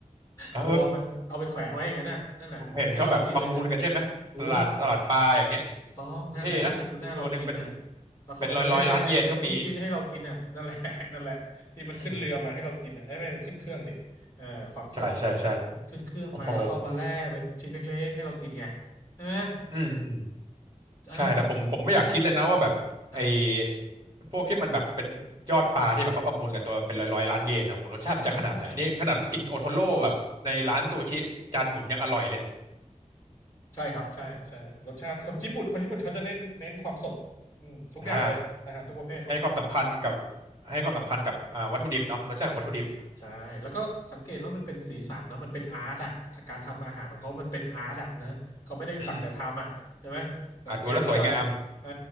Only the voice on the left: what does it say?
<laughs> ตัวมันเอาไปแขวนไว้อย่างนั้นน่ะนั่นน่ะที่เรากินนั่นน่ะ
ถูกถูกต้องนั่นแหละที่ทูน่าเรากินน่ะ
แล้วเขาก็มาแล่เป็นชิ้นๆให้เรากินน่ะนั่นแหละ
<laughs> นั่นแหละที่มันขึ้นเรือมาให้เรากินน่ะเอ้ยไม่มันขึ้นเครื่องดิเออความสดนะ
มันขึ้นเครื่องมาแล้วเขาเอามาแล่เป็นชิ้นเล็กๆให้เรากินไง
ใช่ไหม
อ่า
นะ
<laughs> ใช่ใช่ ใช่ครับใช่ใช่รสชาติคนญี่ปุ่นคนญี่ปุ่นเขาจะเน้นเน้นความสดอืมทุกอย่างเลยอาหารทุกประเภท
ใช่แล้วก็สังเกตว่ามันเป็นสีสันเนาะมันเป็นอาร์ตอ่ะการทำอาหารของเขามันเป็นอาร์ตอ่ะเนอะเขาไม่ได้สักแต่ทำอ่ะใช่ไหมสังเกตเขาจะ
อ่า